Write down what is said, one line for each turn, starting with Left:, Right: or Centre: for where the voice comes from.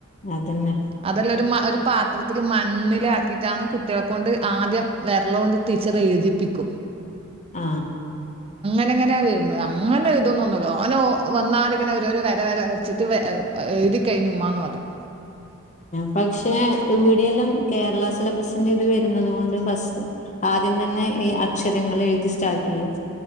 Left: അതെന്നെ.
Right: അതെല്ലാം ഒരു മ ഒരു പാത്രത്തിൽ മണ്ണിലാക്കിയിട്ടാണ് കുട്ടിയാളെ കൊണ്ട് ആദ്യം വെർളോണ്ട്‌ ടീച്ചർ എഴുതിപ്പിക്കും.
Left: ആ
Right: ങ്ങനാ വരുന്നത് അങ്ങനെ എ ഴുതൊന്നുംണ്ടാവൂല്ല ഓനോ വന്നാങ്ങനെ രോ വര, വര വരച്ചി ഇത് കഴിഞ്ഞു മ്മാന്ന് പറയും.
Left: പക്ഷെ ഇവിടെയെല്ലാം കേരള സിലബസിന്റെ ഇത് വരുന്നുന്നത് കൊണ്ട് ഫസ്റ്റ് ആദ്യം തന്നെ ഈ അക്ഷരങ്ങൾ എഴുതി സ്റ്റാർട്ട് ചെയ്യും.